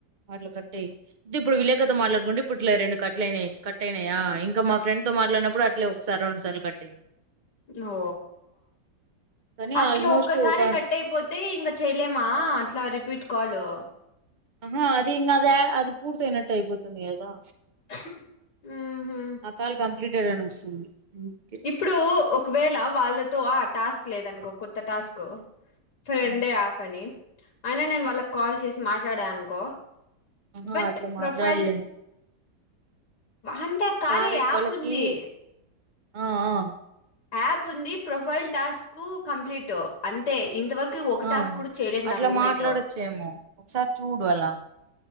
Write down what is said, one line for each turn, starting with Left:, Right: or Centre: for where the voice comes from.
Right: అట్లా కట్టాయి తే ఇప్పుడు విలేకతో మాట్లాడుకోండి ఇప్పుడు అట్లే రెండు కట్లునాయి కట్ అయినాయా ఇంకా మా ఫ్రెండ్ తో మాట్లాడిప్పుడు అట్లే ఒకసారి రెండు సార్లు కట్ అయి
Left: ఓ
Right: కానీ
Left: అట్లా
Right: ఆల్మోస్ట్
Left: ఒకసారి
Right: ఒక
Left: కట్ అయిపోతే ఇంగా చేయలేమా అట్లా రిపీట్ కాలు
Right: ఆహా అది ఇంగా అది అది పూర్త అయినట్టు అయిపోతుంది కదా
Left: <inaudible> ఉహు
Right: ఆ కాల్ కంప్లీటెడ్ అని వస్తుంది అందుకే
Left: ఇప్పుడు ఒకవేళ వాళ్ళ ఆ టాస్క్ లేదనుకో కొత్త టాస్క్ ఫ్రెండే
Right: ఉమ్.
Left: యాప్ అని అయినా నేను వాళ్ళకు కాల్ చేసి మాట్లాడానుకో
Right: ఆహా
Left: బట్
Right: అట్లా
Left: ప్రొఫైల్
Right: మాట్లాడలేం
Left: అంటే కార్య
Right: సారే
Left: యాప్
Right: వాళ్ళకి
Left: ఉంది
Right: ఆ ఆ
Left: యాప్ ఉంది ప్రొఫైల్ టాస్క్ కంప్లీట్ అంతే ఇంతవరకు ఒక
Right: ఆ
Left: టాస్క్ కూడా చేయలేదు
Right: అట్లా
Left: నా రూమ్మేటు
Right: మాట్లాడొచ్చేమో ఒకసారి చూడు అలా